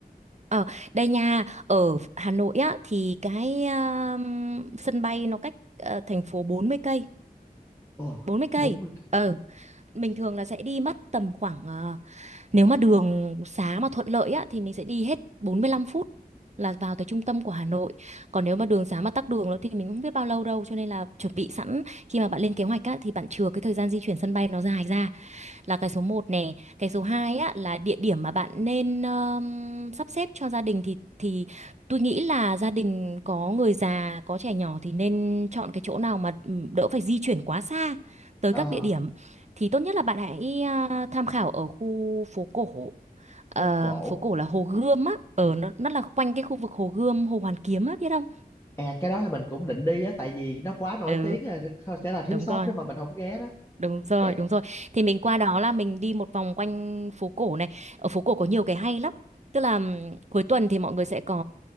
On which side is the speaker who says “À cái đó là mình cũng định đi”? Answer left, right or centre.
Left